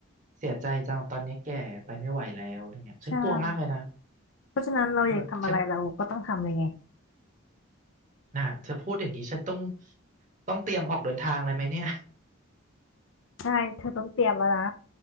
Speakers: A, on the right; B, on the left.
A: เสียใจจังตอนนี้แก่ไปไม่ไหวแล้วอะไรเงี้ยฉันกลัวมากเลยนะ
B: ใช่เพราะฉะนั้นเราอยากทำอะไรเราก็ต้องทำเลยไง
A: มันฉันน่ะเธอพูดอย่างนี้ฉันต้องต้องเตรียมออกเดินทางเลยไหมเนี่ย
B: ใช่เธอต้องเตรียมแล้วนะ